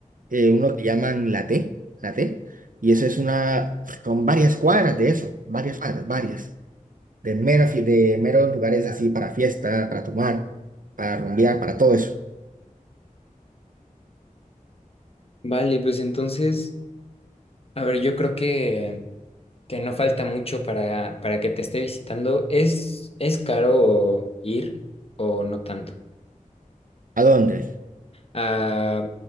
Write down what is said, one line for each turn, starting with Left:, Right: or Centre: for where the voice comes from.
Right: eh, uno que llaman la T, la T, y eso es una, son varias cuadras de eso, varias cuadras, varias, de, mera fi- de meros lugares así para fiesta, para tomar, para rumbear, para todo eso.
Left: Vale, pues entonces, a ver, yo creo que, que no falta mucho para, para que te esté visitando. ¿Es, es caro ir o no tanto?
Right: ¿A dónde?
Left: Ah,